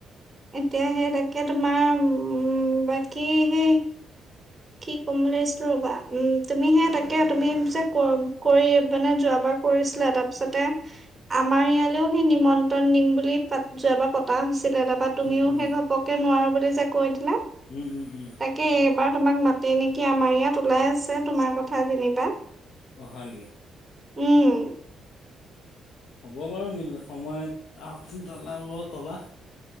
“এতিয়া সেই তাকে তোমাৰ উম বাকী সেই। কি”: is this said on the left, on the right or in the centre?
Right